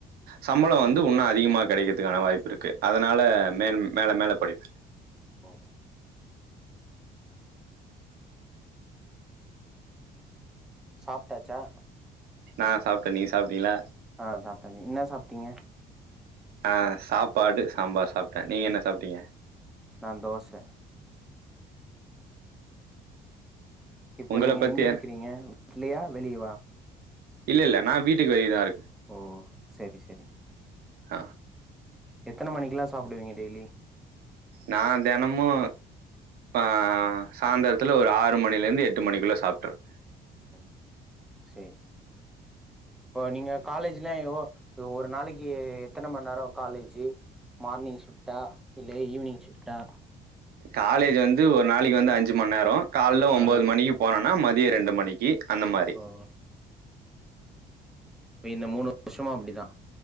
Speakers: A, on the right; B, in the centre.
A: சம்பளம் வந்து
B: ம்
A: ஊன்னு அதிகமா கிடைக்கிறதுக்கான வாய்ப்பு இருக்குது அதனால மேல் மேல மேல படிப்ப
B: ஒ சாப்ட்டாச்சா
A: நா சாப்பிட்டேன் நீங்க சாப்பிட்டீங்களா!
B: ஆ சாப்டீடென் என்ன சாப்பிட்டீங்க.
A: ஆ சாப்பாடு சாம்பார் சாப்பிட்டேன் நீங்க என்ன சாப்பிட்டீங்க
B: நான் தோசை இப்போ
A: உங்கள
B: நீங்க
A: பத்தி
B: எங்க
A: என்
B: இருக்கிறீங்க வீட்லயா வெளியயா
A: இல்லல்ல நான் வீட்டுக்கு வெளியேதான் இருக்கே
B: ஓ சரி சரி
A: ஹ
B: எத்தன மணிக்கலாம் சாப்பிடுவிங்க டெய்லி
A: நான் தெனமு ஆ சாயந்தரத்துல ஒரு ஆறு மணிலேருந்து எட்டு மணிக்குள்ளே சாப்புட்ருவேன்.
B: ஓ சரி இப்போ நீங்க காலேஜ்லாம் ஒரு நாளைக்கு எத்தன மணி நேரம் காலேஜு மார்னிங் ஷிஃப்டா இல்ல ஈவினிங் ஷிஃப்டா
A: காலேஜ் வந்து ஒரு நாளைக்கு வந்து அஞ்சு மணி நேரம் கால்ல ஒன்பது
B: ஆ
A: மணிக்கு போனோனா மதியம் ரெண்டு மணிக்கு அந்த மாறி
B: ஓ இந்த மூணு வருஷமா அப்டிதான்